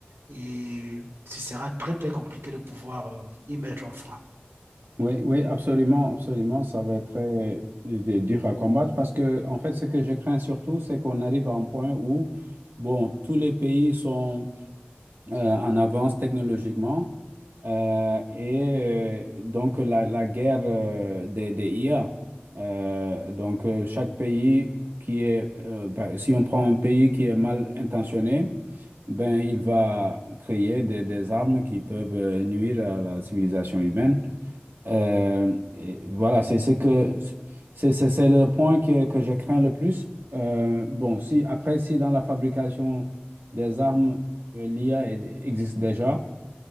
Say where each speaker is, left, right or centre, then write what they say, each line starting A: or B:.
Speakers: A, on the right; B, on the right.
A: Et ce sera très, très compliqué de pouvoir euh, y mettre un frein.
B: Oui, oui, absolument, absolument. Ça va être très euh, dur à combattre parce que, en fait, ce que je crains surtout, c'est qu'on arrive à un point où, bon, tous les pays sont euh, en avance technologiquement. Euh, et euh, donc la, la guerre euh, des, des IA. Euh, donc euh, chaque pays qui est, euh, bah, si on prend un pays qui est mal intentionné, ben, il va créer des, des armes qui peuvent euh, nuire à la civilisation humaine. Euh, et voilà, c'est ce que c'est c'est- c'est le point que, que je crains le plus. Euh, bon, si après, si dans la fabrication des armes, euh, l'IA est- existe déjà